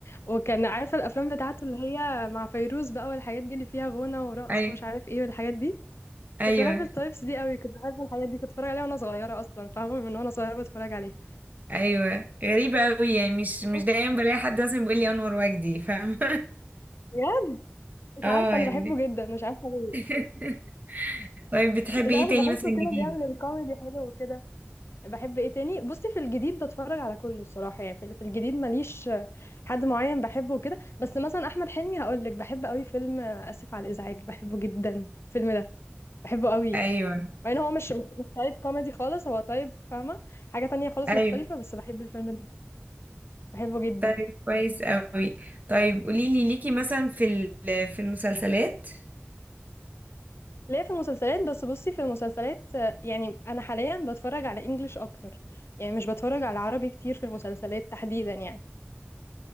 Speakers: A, on the left; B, on the right.
A: وكان عارفه الافلام بتاعته اللي هي مع فيروز بقى والحاجات دي اللي فيها غنى ورقص
B: أي
A: ومش عارف ايه والحاجات دي
B: أيوه
A: كنت بحب التايبس دي قوي كنت بحب الحاجات دي كنت بتفرج عليها وانا صغيره اصلا فاهمه من وانا صغيره بتفرج عليه
B: ايوه غريبة قوي يعني مش مش
A: بس
B: دايما بلاقي حد مثلا بيقول لي انور وجدي فاهم
A: بجد
B: <laughs>
A: مش
B: اه
A: عارفه
B: يعني
A: انا بحبه جدا مش عارفه ليه
B: <laughs> طيب بتحبي
A: مش
B: ايه
A: عارفه
B: تاني
A: بحسه
B: مثلا
A: كده
B: جديد
A: بيعمل الكوميدي حلو وكده بحب ايه تاني بصي في الجديد بتفرج على كله الصراحه يعني في في الجديد ماليش حد معين بحبه وكده بس مثلا احمد حلمي هقول لك بحب قوي فيلم اسف على الازعاج بحبه جدا الفيلم ده بحبه قوي
B: ايوه
A: مع ان هو مش مش مش تايب كوميدي خالص هو تايب فاهمه حاجه تانية خالص
B: ايوه
A: مختلفه بس بحب الفيلم ده بحبه جدا
B: طيب كويس قوي طيب قولي لي ليكي مثلا في ال- في المسلسلات
A: ليه في المسلسلات بس بصي في المسلسلات آه، يعني انا حاليا بتفرج على انجليش اكتر يعني مش بتفرج على عربي كتير في المسلسلات تحديدا يعني